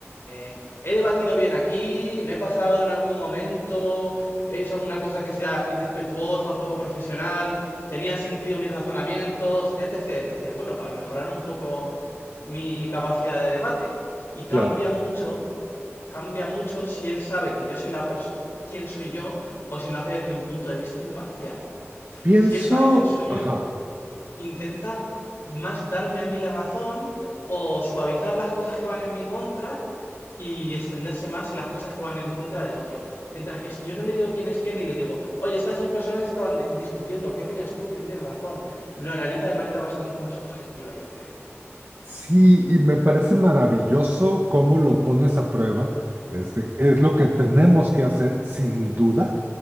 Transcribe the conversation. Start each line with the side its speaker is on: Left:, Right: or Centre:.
Left: eh, he debatido bien aquí, me he pasado en algún momento, he hecho alguna cosa que sea irrespetuosa o poco profesional, tenía sentido mis razonamientos, etc., etc. Bueno, para mejorar un poco mi capacidad de debate. Y cambia
Right: claro.
Left: mucho, cambia mucho si él sabe que yo soy la persona, quién soy yo, o si lo hace desde un punto de vista imparcial.
Right: Pienso,
Left: Si él sabe quién soy yo,
Right: ajá.
Left: intenta más darme a mí la razón o suavizar las cosas que van en mi contra y extenderse más las cosas que van en contra del otro. Mientras que si yo no le digo quién es quién y le digo, oye, estas dos personas estaban discutiendo, ¿qué opinas tú? ¿Quién tiene razón? Lo analiza de manera bastante más objetiva, yo creo.
Right: Sí, y me parece maravilloso cómo lo pones a prueba. Este, es lo que tenemos que hacer, sin duda.